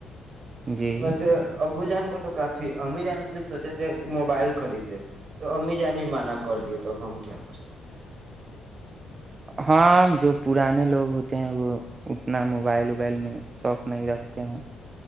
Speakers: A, on the right; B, on the right.
A: <inaudible>
B: جی
A: وسے ابو جان تو کافی ام جان کے لیے سوچے تھے موبائل خرید دے تو امی جان ہی منع کر دیے تو اب ہم کیا کر سکتے
B: ہاں جو پرانے لوگ ہوتے ہیں وہ اتنا موبائل ابائل میں شوق نہیں رکھتے ہیں